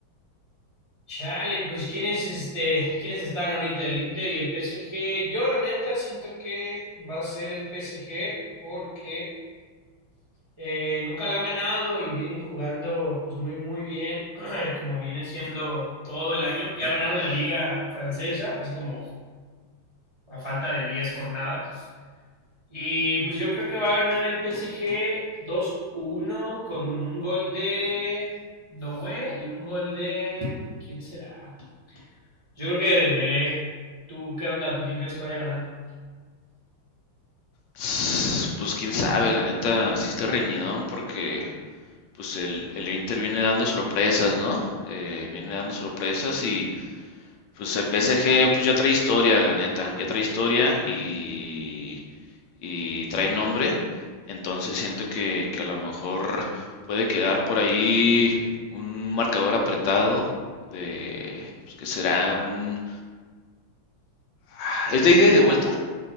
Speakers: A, on the right (about 20°); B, on the left (about 70°).
A: Chale, pues ¿quiénes, este, quiénes están ahorita? El Inter y el PSG. Yo, la neta, siento que va a ser el PSG porque eh, nunca la han ganado y vienen jugando pues muy, muy bien, <clears throat> como viene siendo todo el año. Ya ganaron la liga francesa, así como a falta de 10 jornadas. Y pues yo creo que va a ganar el PSG dos uno con un gol de Doué y un gol de... ¿Quién será? Yo creo que de Dembélé. ¿Tú qué onda? ¿Tú quién crees que vaya a ganar?
B: Tss, Pues quién sabe, la neta, sí está reñidón porque pues el, el Inter viene dando sorpresas, ¿no? Eh, viene dando sorpresas y Pues el PSG pues ya trae historia, la neta, ya trae historia y, y trae nombre, entonces siento que, que a lo mejor puede quedar por ahí un marcador apretado de, pues que será un... ah, ¿Es de ida y de vuelta?